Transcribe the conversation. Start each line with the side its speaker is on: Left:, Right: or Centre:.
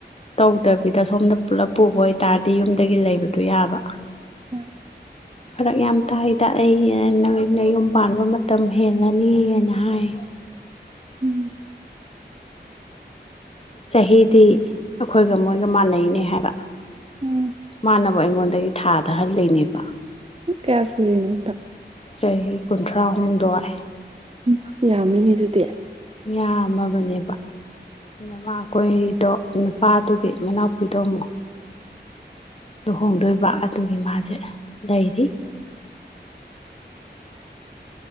Left: ꯇꯧꯗꯕꯤꯗ ꯁꯣꯝꯗ ꯄꯨꯂꯞ ꯄꯨꯕ ꯑꯣꯏꯇꯥꯔꯗꯤ ꯌꯨꯝꯗꯒꯤ ꯂꯩꯕꯗꯣ ꯌꯥꯕ
Right: ꯍꯣꯏ
Left: ꯐꯥꯔꯛ ꯌꯥꯝ ꯇꯥꯏꯗ ꯑꯩ ꯩꯅꯌꯨꯝ ꯄꯥꯟꯕ ꯃꯇꯝ ꯍꯦꯜꯂꯅꯤꯅ ꯍꯥꯏ
Right: ꯎꯝ
Left: ꯆꯍꯤꯗꯤ ꯑꯩꯈꯣꯏꯒ ꯃꯣꯏꯒ ꯃꯥꯟꯅꯩꯅꯦ ꯍꯥꯏꯕ
Right: ꯎꯝ
Left: ꯃꯥꯟꯅꯕ ꯑꯩꯉꯣꯟꯗꯒꯤ ꯊꯥꯗꯍꯜꯂꯤꯅꯦꯕ
Right: ꯀꯌꯥ ꯁꯨꯔꯤꯅꯣ ꯍꯟꯗꯛ
Left: ꯆꯍꯤ ꯀꯨꯟꯊ꯭ꯔꯥꯍꯨꯝꯗꯣꯏ
Right: ꯎꯝ ꯌꯥꯝꯃꯤꯅꯦ ꯑꯗꯨꯗꯤ
Left: ꯌꯥꯝꯃꯕꯅꯦꯕ ꯃꯥꯅ ꯀꯣꯏꯔꯤꯗꯣ ꯅꯨꯄꯥꯗꯨꯒꯤ ꯃꯅꯥꯎꯄꯤꯗꯣ ꯑꯃꯨꯛ ꯂꯨꯍꯣꯡꯗꯣꯏꯕ ꯑꯗꯨꯒꯤ ꯃꯥꯁꯦ ꯂꯩꯔꯤ